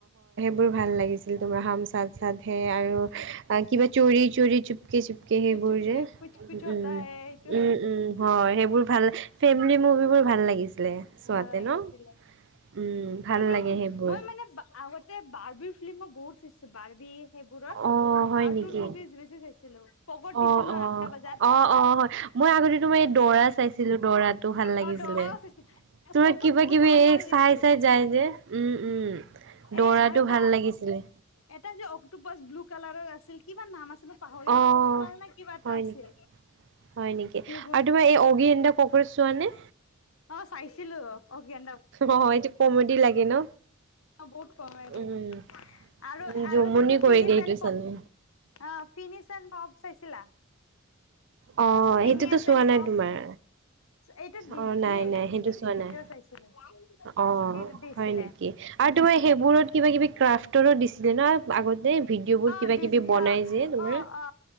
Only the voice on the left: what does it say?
চুপকে
কুচ কুচ
হতা
হে এইটো
ভাল লাগিছিলে
কিন্তু
মই মানে বা-আগতে বাৰ্বিৰ ফিল্মো বহুত চাই বাৰ্বি সেইবোৰৰ
কাৰ্টুন
মুভিজ বেছি চাইছিলো পগত দিছিল
ন
আঠটা বজাত
অ দৰাও চাইছিল
পগত
বহুত
ভাল
ভাল
দিছিল
এই
আৰু এটা
এটা যে অকটোপাছ ব্লু কালাৰৰ আছিল কিবামান নাম আছিল? মই পাহৰি
গলো অচৰাল নে কিবা এটা
আছিল
সেইবোৰ
অ চাইছিলো। অকে এ
বে
<unintelligible> আৰু
আৰু
চাই
ফিনি
এ
অ ফিনিচ এ পপ চাইছিলা?
ফিনিয়াছ
এণ্ড
পপ
এইটো ডিজনী
দিছিল
সেইটোও
চাইছিলো
সেইটো দিছিলে
অ
ডিজনী
অ
অ অ